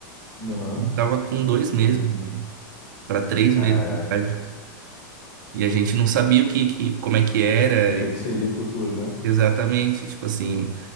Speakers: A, on the left; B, on the right.
A: Aham,
B: ele tava com dois meses,
A: foi.
B: mano, pra três
A: Caraca.
B: meses de idade. E a gente não sabia o que, que, como é que era
A: O que que seria o futuro, né?
B: exatamente. Tipo assim,